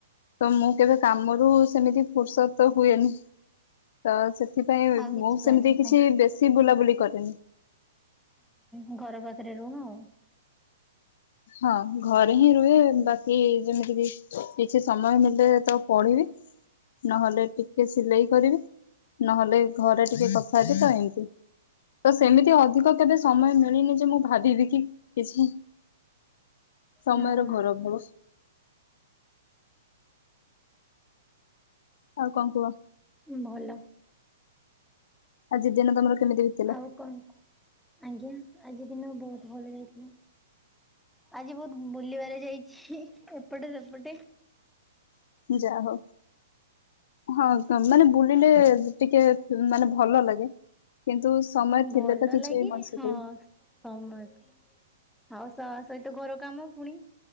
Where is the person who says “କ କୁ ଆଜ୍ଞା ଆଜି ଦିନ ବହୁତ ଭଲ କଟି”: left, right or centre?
Centre